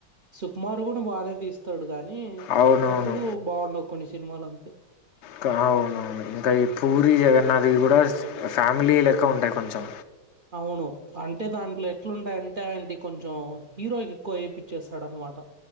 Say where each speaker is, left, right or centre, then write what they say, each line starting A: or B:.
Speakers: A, on the right; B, on the left.
A: సుకుమార్ కూడా బాగానే తీస్త తోడుగా కానీ
B: అవునవును
A: అప్పుడప్పుడు బాగుండవు కొన్ని సినిమాలు అంతే
B: క- అవునవును ఇంకా ఈ పూరి జగన్నాథ్వి కూడా ఫ్యామిలీ లెక్క ఉంటాయి కొంచెం
A: అవును అంటే దాంట్లో ఎట్లుంటాయ అంటే ఆయంటి కొంచెం హీరో ఎక్కువ వేయిపిచ్చేస్తాడ అనమాట